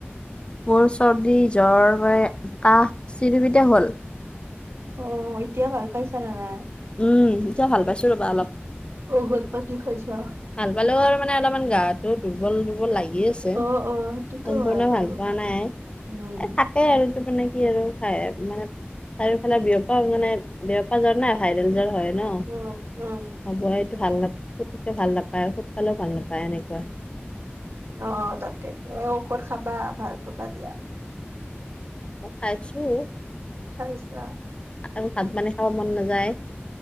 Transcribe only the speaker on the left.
মোৰ চৰ্দি জ্বৰ হৈ কাহ চিৰিবিতে হ'ল।
উম, এতিয়া ভাল পাইছোঁ ৰ'বা অলপ।
ভাল পালেও আৰু মানে অলপমান গাটো দুৰ্বল দুৰ্বল লাগি আছে।
সম্পূৰ্ণ
ভাল পোৱা নাই,
এ তাকে আৰু ত' মানে কি আৰু খাই মানে চাৰিওফালে বিয়পা মানে বিয় পা জ্বৰ না ভাইৰেল জ্বৰ হয় ন'
হ'ব এইটো ভাল নাপ য় ভাল নাপায় ঔষধ খালেও ভাল নাপায় এনেকুৱা।
খাইছোঁ।
আৰু ভাত মানে খাব মন নাযায়।